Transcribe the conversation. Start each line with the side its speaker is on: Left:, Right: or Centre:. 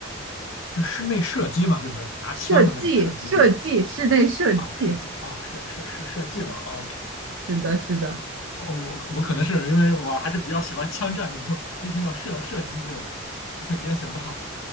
Left: 是室内射击嘛，就是拿枪的那种射击嘛。
Right: 设计，设计，室内设计，
Left: 啊，射击啊，射射射射击嘛。OK，
Right: 是的，是的。
Left: 哦，我我可能是因为我还是比较喜欢枪战这种，一听到射射击就 <laughs> 联想到。